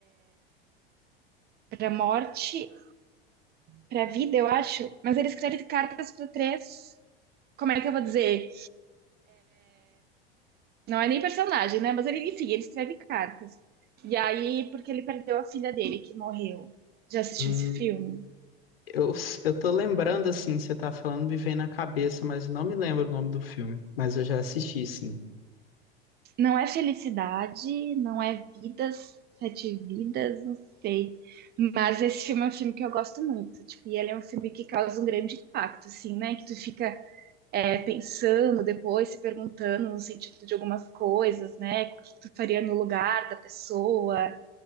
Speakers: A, on the right; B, on the left.
A: pra morte pra vida, eu acho. Mas ele escreve cartas para três. Como é que eu vou dizer? Não é nem personagem, né? Mas ele, enfim, ele escreve cartas. E aí, porque ele perdeu a filha dele, que morreu. Já assistiu
B: Hum,
A: esse filme?
B: Eu, eu tô lembrando, assim, você tá falando, me vem na cabeça, mas não me lembro o nome do filme. Mas eu já assisti, sim.
A: Não é felicidade, não é vidas, sete vidas, não sei. Mas esse filme é um filme que eu gosto muito. Tipo, e ele é um filme que causa um grande impacto, assim, né? Que tu fica é, pensando depois, se perguntando no sentido de algumas coisas, né? O que tu faria no lugar da pessoa,